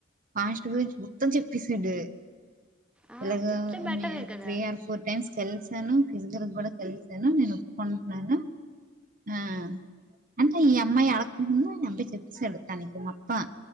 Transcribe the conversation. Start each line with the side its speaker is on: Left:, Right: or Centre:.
Right: ఫాస్ట్ గా వచ్చి మొత్తం చెప్పసాడు
Centre: ఆ
Right: ఇలాగ
Centre: చెప్తే బెటరే కదా
Right: త్రీ ఆర్ ఫోర్ టైమ్స్ కలిసాను ఫిజికల్ కూడా కలిసాను నేను ఒప్పుకుంటున్నాను ఆ అంటే ఈ అమ్మాయి అడకుండా చెప్పసాడు తనకి మొత్తం